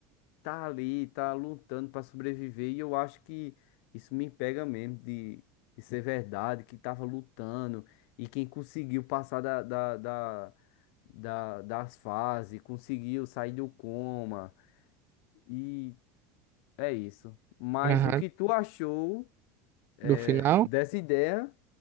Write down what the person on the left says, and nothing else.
tá ali, tá lutando pra sobreviver, e eu acho que isso me pega mesmo de, de ser verdade, que tava lutando, e quem conseguiu passar da, da, da, da- das fases, conseguiu sair do coma, e é isso. Mas
o que tu achou eh,
dessa ideia,